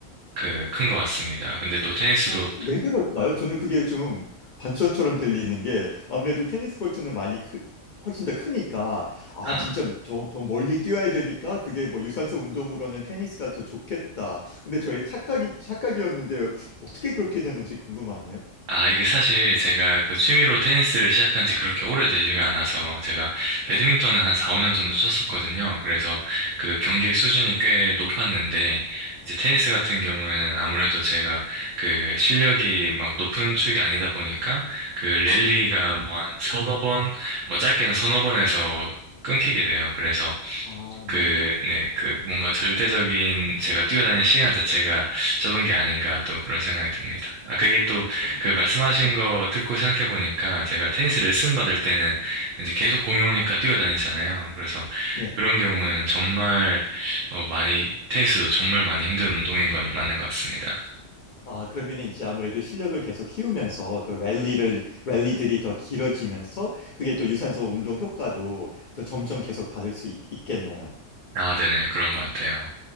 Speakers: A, on the right; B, on the left.
A: 그 큰 것 같습니다. 근데 또 테니스도
B: 어, 근데 왜 그럴까요? 저는 그게 좀 반전처럼 들리는 게 아무래도 테니스 코트는 많이 크, 훨씬 더 크니까 아
A: 아,
B: 진짜 더, 더 멀리 뛰어야 되니까 그게 뭐 유산소 운동으로는 테니스가 더 좋겠다. 근데 저의 착각이 착각이었는데 어떻게 그렇게 되는지 궁금하네요.
A: 아, 이게 사실 제가 그 취미로 테니스를 시작한 지 그렇게 오래되지가 않아서 제가
B: 네.
A: 배드민턴은 한 4, 5년 정도 쳤었거든요. 그래서
B: 음,
A: 그 경기 수준이 꽤 높았는데 이제 테니스 같은 경우에는 아무래도 제가 그 실력이 막 높은 축이 아니다 보니까 그 랠리가 뭐 한 서너 번, 뭐 짧게는 서너 번에서 끊기게 돼요. 그래서
B: 아,
A: 그,
B: 네.
A: 네, 그, 뭔가 절대적인 제가 뛰어다니는 시간 자체가 적은 게 아닌가 또 그런 생각이 듭니다. 아, 그게 또
B: 어,
A: 그 말씀하신
B: 네.
A: 거 듣고 생각해 보니까 제가 테니스 레슨 받을 때는 이제 계속 공이 오니까 뛰어다니잖아요. 그래서
B: 네.
A: 그런 경우에는 정말, 어, 많이, 테니스도 정말 많이 힘든 운동인 거는 맞는 것 같습니다.
B: 아, 그러면 이제 아무래도 실력을 계속 키우면서 그 랠리를 랠리들이 더 길어지면서 그게 또 유산소 운동 효과도 더 점점 계속 받을 수 있, 있겠네요.
A: 아, 네네, 그런 것 같아요.